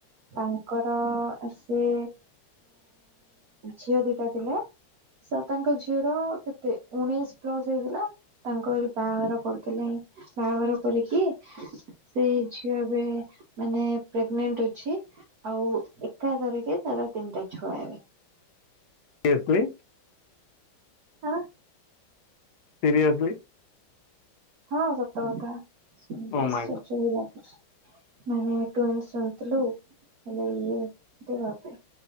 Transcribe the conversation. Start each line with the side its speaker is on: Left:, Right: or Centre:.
Right: ତାଙ୍କର ସେ ଝିଅ ଦିଟା ଥିଲେ। ସାର ତାଙ୍କ ଝିଅର କେତେ ଉଣେଇଶ ପ୍ଲସ ହେଇଥିଲା। ତାଙ୍କ ବାହାଘର କରିଦେଲେ ବାହାଘର କରିକି ସେଇ ଝିଅ ଏବେ ମାନେ ପ୍ରେଗନଣ୍ଟ ଅଛି। ଆଉ ଏକାଥର କେ ତାର ତିନିଟା ଛୁଆ ଏବେ।
Left: <unintelligible>
Right: ଆଁ?
Left: ସିରିୟସଲି।
Right: ହଁ, ସତ କଥା ଶୁଣିକି
Left: ଓ
Right: ଆଶ୍ଚର୍ଯ୍ୟ
Left: ମାଇଁ
Right: ବି ଲାଗୁଚି। ମାନେ ତୁ ଏନ୍ତି ଶୁଣିଥିଲୁ, ହେଲେ ଇଏ <unintelligible>